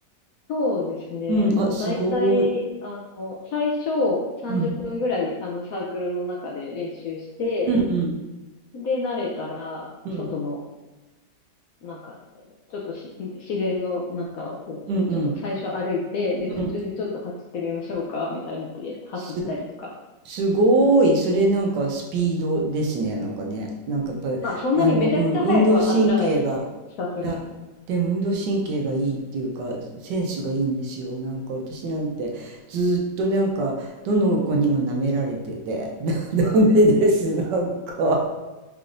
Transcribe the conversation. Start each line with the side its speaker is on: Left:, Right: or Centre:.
Left: そうですね。
Right: うん、
Left: もう大体、
Right: あ、すごーい。
Left: あの、最初30分ぐらい、
Right: うん。
Left: あの、サークルの中で練習して、
Right: うんうん。
Left: で、慣れたら、
Right: うん。
Left: 外の、なんか、ちょっとし自然の中を、
Right: うんうん。
Left: ちょっと最初歩いて、で、途中でちょっと走ってみましょうか、
Right: うん。
Left: みたいにで走ったりとか。
Right: す、すごーい。それなんかスピードですね。なんかね。なんかやっぱり、
Left: まあ、そんなにめちゃくちゃ速くは走らないですよ。
Right: あの、うん、運動神経が、
Left: さすがに。
Right: いや、でも運動神経がいいっていうか、センスがいいんですよ。なんか私なんて、ずーっとなんか、どの子にも舐められてて、<laughs> ダメです。なんか。